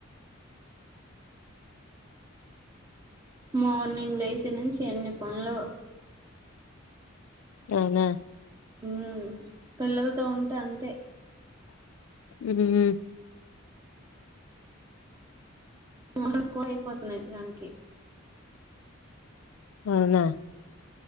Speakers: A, on the right (about 20°); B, on the left (about 80°).
A: మార్నింగ్ లేసి నుంచి ఎన్ని పనులో
B: అవునా
A: ఉ పిల్లలతో ఉంటే అంతే
B: ఉ హు
A: ఫొటోస్ కూడా అయిపోతున్నాయి దానికి
B: అవునా